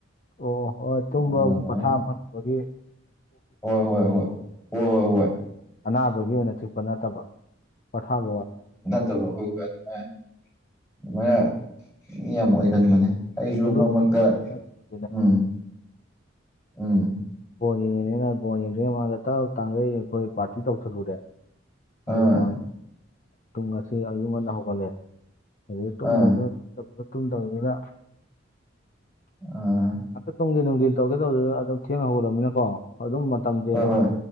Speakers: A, on the left; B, on the left.
A: ꯑꯣ ꯍꯣꯏ ꯇꯨꯝꯕ
B: ꯑꯗꯨꯃꯥꯏꯅ
A: ꯄꯣꯊꯥ ꯐꯪꯗꯕꯒꯤ
B: ꯍꯣꯏ ꯍꯣꯏ ꯍꯣꯏ ꯍꯣꯏ ꯍꯣꯏ ꯍꯣꯏ
A: ꯑꯅꯥꯕꯒꯤ ꯑꯣꯏꯅ ꯆꯤꯛꯄ ꯅꯠꯇꯕ ꯄꯣꯊꯥꯕ ꯋꯥꯠ
B: ꯐꯠꯇꯕ ꯍꯣꯏ ꯍꯣꯏ <unintelligible> ꯑꯗꯨꯃꯥꯏꯅ ꯑꯗꯨꯃꯥꯏꯅ ꯃꯤ ꯌꯥꯝ ꯑꯣꯏꯒꯟꯕꯅꯦ ꯑꯩꯁꯨ
A: ꯑ ꯄꯨ
B: ꯃꯔꯛ ꯃꯔꯛꯇ
A: ꯑ <unintelligible>
B: ꯎꯝ ꯎꯝ
A: ꯕꫭꯜ ꯌꯦꯡꯉꯤꯅ‌ꯦꯅ ꯕꫭꯜ ꯌꯦꯡꯗ꯭ꯉꯩ ꯃꯃꯥꯡꯗ ꯇꯞ ꯇꯥꯡꯈꯩ ꯑꯩꯈꯣꯏ ꯄꯥꯔꯇꯤ ꯇꯧꯁꯜꯂꯨꯔꯦ
B: ꯑꯥ
A: ꯑꯗꯨꯒ ꯇꯨꯡ ꯑꯁꯤ ꯑꯌꯨꯛ ꯉꯟꯅ ꯍꯧꯒꯠꯂꯦ ꯑꯗꯨꯗꯩ ꯇꯨꯝꯗꯕꯗꯨꯅ
B: ꯑꯥ
A: ꯇꯨꯝꯗꯕꯗꯨꯅ ꯇꯨꯝꯗꯕꯗꯨꯅ
B: ꯑꯥ
A: ꯉꯥꯛꯇ ꯇꯨꯡꯒꯤ ꯅꯨꯡꯊꯤꯟ ꯇꯧꯒꯦ ꯇꯧꯕꯗꯨꯗ ꯑꯗꯨꯝ ꯊꯦꯝꯅ ꯍꯧ꯭ꯔꯃꯤꯅꯀꯣ ꯑꯗꯨꯝ ꯃꯇꯝꯁꯦ
B: ꯍꯣꯏ ꯍꯣꯏ